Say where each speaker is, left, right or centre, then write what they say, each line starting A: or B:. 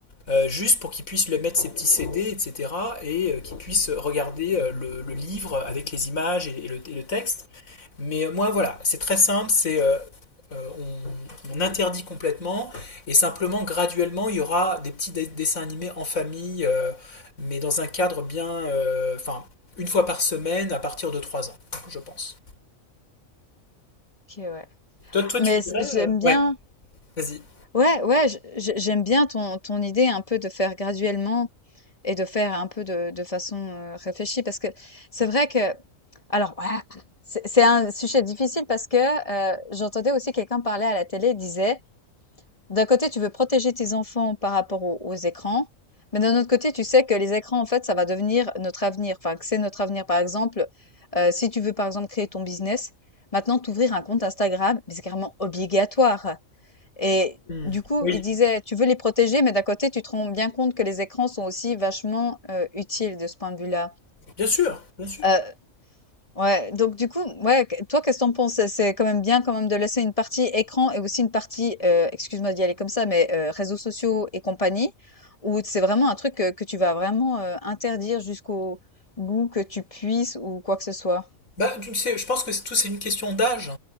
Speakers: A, on the left; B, on the left.
A: euh, juste pour qu'il puisse lui mettre ses petits CD, etc. et cetera, et euh, qu'il puisse regarder euh, le, le livre avec les images et, et le et le texte. Mais euh, moi, voilà, c'est très simple, c'est euh, euh, on, on interdit complètement et simplement graduellement il y aura des petits dé- dessins animés en famille, euh, mais dans un cadre bien, euh, enfin une fois par semaine à partir de 3 ans, je pense.
B: OK, ouais.
A: Toi, toi, tu
B: Mais
A: irais,
B: c j'aime
A: euh,
B: bien
A: ouais, vas-y.
B: ouais, ouais, je je j'aime bien ton ton idée un peu de faire graduellement Et de faire un peu de de façon, heu, réfléchie parce que c'est vrai que alors ah, c'est c'est un sujet difficile parce que, heu, j'entendais aussi quelqu'un parler à la télé, il disait: «D'un côté, tu veux protéger tes enfants par rapport aux aux écrans, mais d'un autre côté, tu sais que les écrans, en fait, ça va devenir notre avenir, enfin, que c'est notre avenir». Par exemple, heu, si tu veux, par exemple, créer ton business, maintenant, t'ouvrir un compte Instagram, mais c'est carrément obligatoire. Et
A: Hmm,
B: du coup,
A: Oui,
B: il disait, tu veux les protéger, mais d'un côté, tu te rends bien compte que les écrans sont aussi vachement euh, utiles de ce point de vue-là.
A: bien sûr, bien sûr.
B: Euh, ouais, donc du coup, ouais, que- toi, qu'est-ce que t'en penses? C'est c'est quand même bien quand même de laisser une partie écran et aussi une partie, euh, excuse-moi d'y aller comme ça, mais euh, réseaux sociaux et compagnie, où c'est vraiment un truc que, que tu vas vraiment euh, interdire jusqu'au bout que tu puisses ou quoi que ce soit.
A: Bah, tu le sais, je pense que c'est- tout c'est une question d'âge.